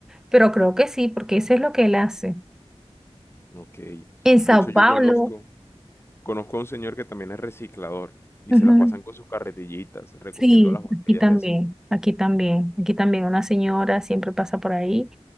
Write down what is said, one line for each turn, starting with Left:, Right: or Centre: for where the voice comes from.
Centre: pero creo que sí, porque eso es lo que él hace.
Left: Ok.
Centre: En Sao
Left: De hecho, yo
Centre: Paulo.
Left: conozco, conozco a un señor que también es reciclador y
Centre: ujú.
Left: se las pasan con sus carretillitas, recogiendo
Centre: Sí,
Left: las botellas
Centre: aquí también,
Left: y así.
Centre: aquí también, aquí también una señora siempre pasa por ahí.